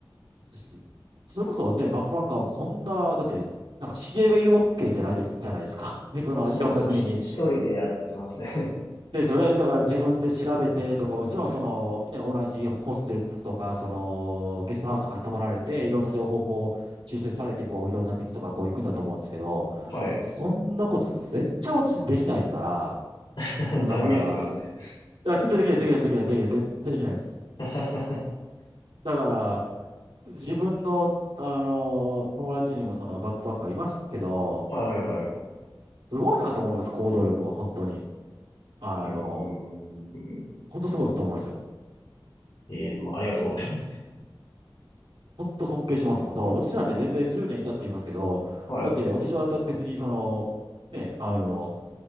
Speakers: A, on the right; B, on the left.
A: しそれこそね、バックパッカーもそんな、だって、なんか知り合いがいるわけじゃないです、じゃないですか。<laughs> その、
B: そうですね。
A: いろんな国に。
B: ひ一人でやってますね。
A: ですよね。だから自分で調べてとか、もちろんその、ね、同じホステルとか、その、ゲストハウスとかに泊まられて、いろんな情報をこう、収集されて、こう、いろんな道とかこう行くんだと思うんですけど、
B: <laughs> はい。
A: そんなこと絶対私できないですから、
B: <laughs>
A: だから、
B: 断言するんですね。
A: いや、絶対できない、できない、できない、できない、絶対できないです。
B: <laughs>
A: だから、自分の、あの、友達にもそのバックパッカーいますけど、
B: はいはいはい。
A: すごいなと思います、行動力は本当に。あの、
B: うーん。
A: 本当すごいと思いますよ。
B: えー、でもありがとうございます。
A: 本当尊敬しますもん。だから私なんて全然10年いたって言いますけど、
B: はい。
A: だって私は別にその、ね、あの、